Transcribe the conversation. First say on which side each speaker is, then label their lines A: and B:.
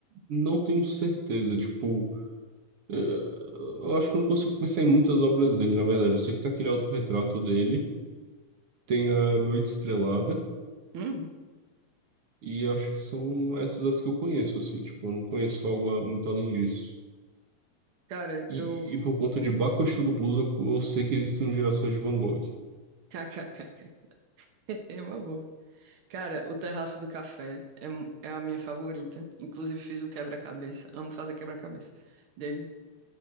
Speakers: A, on the right; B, on the right.
A: não tenho certeza, tipo, é, eu acho que eu não consigo pensar em muitas obras dele, na verdade. Eu sei que tem aquele autorretrato dele, tem a Noite Estrelada,
B: Uhum.
A: e acho que são essas as que eu conheço, assim, tipo, eu não conheço algo a- muito além disso.
B: Cara,
A: E,
B: eu.
A: e por conta de Baco Exu do Blues, eu, eu sei que existem gerações de Van Gogh.
B: <laughs> KKKK. É uma boa. Cara, o Terraço do Café é, mu- é a minha favorita. Inclusive, fiz um quebra-cabeça. Amo fazer quebra-cabeça dele.